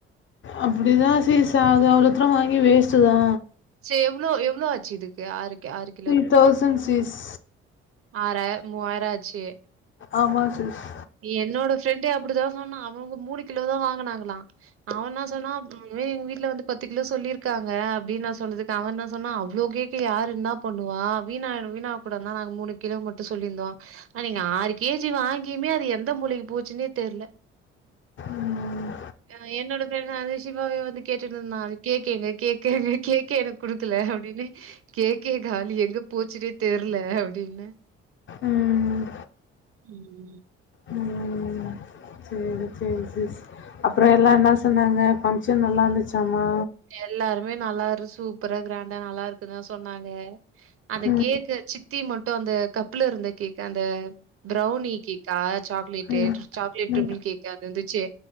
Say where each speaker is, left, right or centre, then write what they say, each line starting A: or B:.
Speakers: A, on the left; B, on the right.
A: அப்டிதா சிஸ் சா அது அவ்ளோதூர வாங்கி வேஸ்ட்டு தா
B: செ எவ்ளோ எவ்ளோ ஆச்சு இதுக்கு ஆறுக்கு ஆறுக்
A: த்ரீ தௌசண்ட் சிஸ்
B: ஆறாயிரோ மூவாயிரோ ஆச்சு
A: ஆமா சிஸ்
B: என்னோட ஃப்ரெண்டே அப்டிதா சொன்னா அவங்க மூணு கிலோ தா வாங்கனாங்களா அவ என்ன சொன்னா இந்த மேரி எங்க வீட்ல வந்து பத்து கிலோ சொல்லியிருக்காங்க அப்டின்னு நா சொன்னதுக்கு அவன் என்ன சொன்னா அவ்ளோ கேக்க யார் என்னா பண்ணுவா வீணா வீணாயிட கூடாதுனுதா நாங்க மூணு கிலோ மட்டு சொல்லிருந்தோ ஆனா நீங்க ஆறு கேஜி வாங்கியுமே அது எந்த மூளைக்கு போச்சுன்னே தெர்ல
A: ம்
B: ஆ என்னோட பேர்தா அந்த சிவாவே வந்து கேட்டுட்ருந்தா அது கேக்கு எங்க கேக்கு எங்க கேக்கே எனக்கு கொடுக்கல அப்டின்னு கேக்கே காலி எங்க போச்சுன்னே தெரில அப்டின்னு
A: ம்
B: ம்
A: ம் சேரி சேரி சிஸ் அப்றோ எல்லா என்ன சொன்னாங்க ஃபங்க்ஷன் நல்லா இருந்துச்சாமா
B: எல்லாருமே நல்லா இரு சூப்பரா கிராண்டா நல்லா இரு க்கு சொன்னாங்க அந்த
A: ம்
B: கேக் சித்தி மட்டு அந்த கப்புல இருந்த கேக் அந்த ப்ரௌனி கேக்கா சாக்லேட்டு
A: ம்
B: சாக்லேட்
A: ம்
B: மில் கேக் இங்க வந்துருந்துச்சு